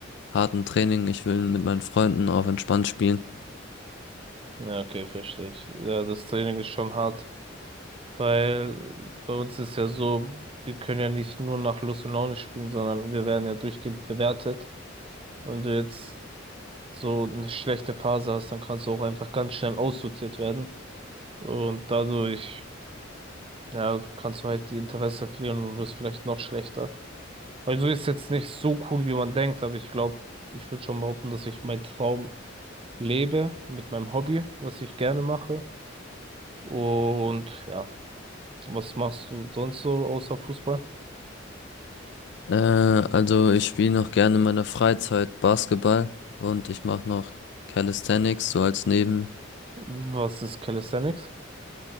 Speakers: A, on the left; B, on the right.
A: harten Training. Ich will mit meinen Freunden auf entspannt spielen.
B: Ja, okay, verstehe ich. Ja, das Training ist schon hart, weil bei uns ist ja so, wir können ja nicht nur nach Lust und Laune spielen, sondern wir werden ja durchgehend bewertet. Wenn du jetzt so eine schlechte Phase hast, dann kannst du auch einfach ganz schnell aussortiert werden und dadurch, ja, kannst du halt die Interesse verlieren und wirst vielleicht noch schlechter. Also ist jetzt nicht so cool, wie man denkt, aber ich glaube, ich würde schon behaupten, dass ich meinen Traum lebe, mit meinem Hobby, was ich gerne mache. Und ja, was machst du sonst so außer Fußball?
A: Äh, also ich spiele noch gerne in meiner Freizeit Basketball und ich mache noch Calisthenics so als Neben.
B: Was ist Calisthenics?